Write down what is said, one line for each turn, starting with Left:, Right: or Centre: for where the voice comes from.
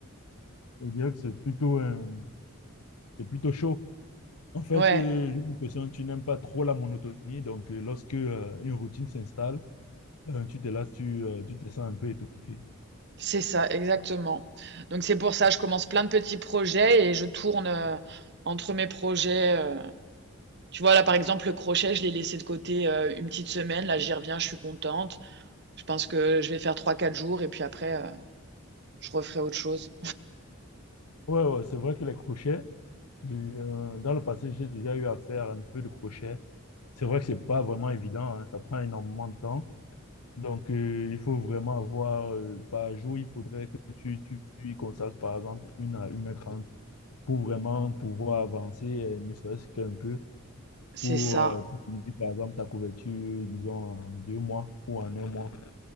Left: je dirais que c'est plutôt, euh, c'est plutôt chaud. En fait,
Right: Ouais,
Left: euh, j'ai l'impression que tu n'aimes pas trop la monotonie. Donc, euh, lorsque, euh, une routine s'installe, Euh, tu te lasses, tu, euh, tu te sens un peu étouffé.
Right: c'est ça, exactement. Donc, c'est pour ça, je commence plein de petits projets et je tourne euh, entre mes projets. euh. tu vois, là, par exemple, le crochet, je l'ai laissé de côté euh, une petite semaine. Là, j'y reviens, je suis contente. Je pense que je vais faire trois quatre jours et puis après, euh, je referai autre chose.
Left: Ouais, ouais, c'est vrai que les crochets, j'ai eu, euh, dans le passé, j'ai déjà eu à faire un peu de crochet. C'est vrai que c'est pas vraiment évident, hein, ça prend énormément de temps. Donc, euh, il faut vraiment avoir, euh, par jour, il faudrait que tu, tu y consacres, par exemple, une à une heure trente pour vraiment pouvoir avancer, euh, ne serait-ce qu'un peu.
Right: C'est
Left: pour,
Right: ça.
Left: euh, pour finir, par exemple, ta couverture, disons, en deux mois ou en un mois.